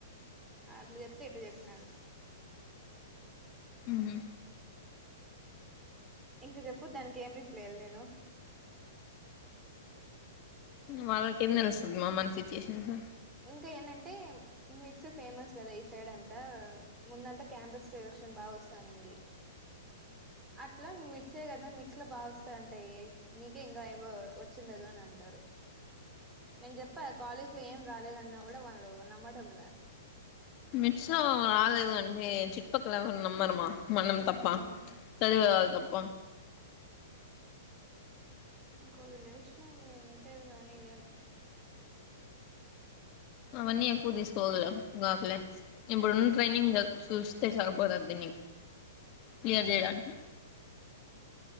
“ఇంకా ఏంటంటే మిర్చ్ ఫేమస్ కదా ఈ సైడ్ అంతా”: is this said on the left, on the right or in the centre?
Right